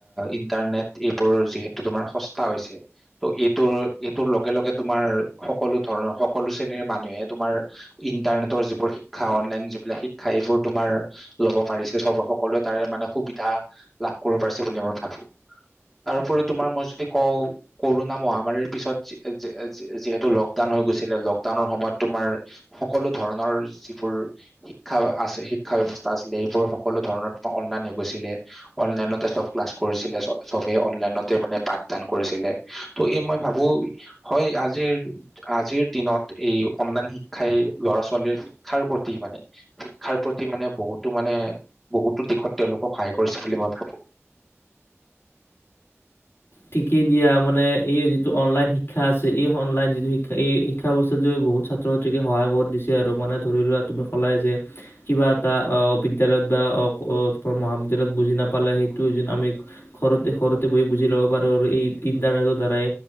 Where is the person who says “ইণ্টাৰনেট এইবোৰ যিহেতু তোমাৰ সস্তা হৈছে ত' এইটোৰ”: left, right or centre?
Centre